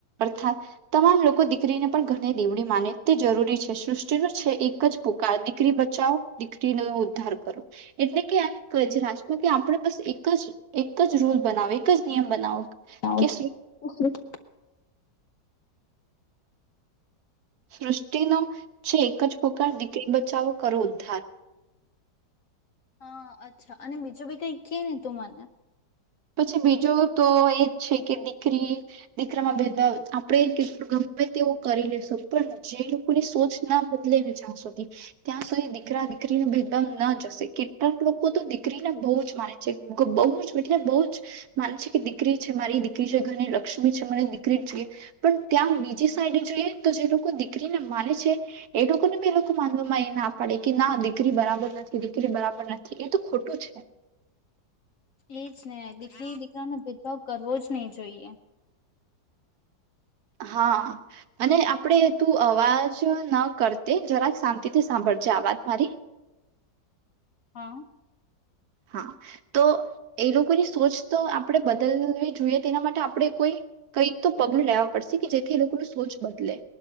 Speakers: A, on the right; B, on the left.
A: અર્થાત તમામ લોકો દીકરીને પણ ઘણી દેવડી માને તે જરૂરી છે સૃષ્ટિનો છે એક જ દીકરી બચાવો દીકરીનો ઉદ્ધાર કરો એટલે કે આમ જ રાજમાં કે આપણે બસ એક જ એક જ રૂલ બનાવો એક જ નિયમ બનાવો
B: <inaudible>
A: કે સૃષ્ટ. નો છે એક જ પોકાર દીકરી બચાવો. કરું ઉદધાર.
B: હા અચ્છા અને બીજું બી કઈ કે ને તું મને.
A: પછ બીજું તો એજ છે કે દીકરી દીકરામાં ભેદભાવ આપણે કેટ ગમે તેવું કરી લેશું પણ જે લોકોની સોચ ના બદલે ને જ્યાં સુધી ત્યાં સુધી દીકરા દીકરી ના ભેદભાવ ના જશે કેટલાક લોકો તો દીકરીને બહુ જ માને છે બહુ જ. ને બહુ જ માને છે કે દીકરી છે મારી દીકરી છે ઘની લક્ષ્મી છે મને દીકરી જ જોઈએ પણ ત્યાં બીજી સાઈડ જોઈએ તો જે લોકો દીકરીને માને છે એ લોકોને બી એ લોકો માનવામાં એ ના પાડે કે ના દીકરી બરાબર નથી દીકરી બરાબર નથી એ તો ખોટું છે.
B: એ જ ને દીકરી દીકરા નો ભેદભાવ કરવો જ નહી જોઈએ.
A: હા અને આપણેે તું અવાજ ન કરતી જરાક શાંતિથી સાંભળજે આવાજ મારી.
B: હા.
A: હા તો એ લોકોની સોચ તો આપણે બદલવી જોઈએ તેના માટે આપડણે કોઈ કઈ તો પગલું લેવા પડશે કે જેથી એ લોકો ન સોચ બદલે